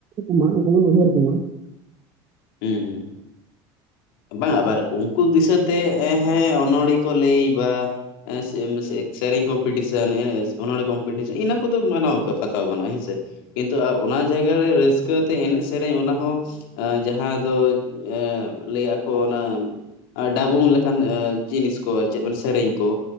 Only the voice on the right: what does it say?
ᱠᱚ ᱢᱟ ᱩᱱᱠᱩ ᱵᱚᱱ ᱩᱭᱦᱟᱹᱨ ᱠᱚᱢᱟ᱾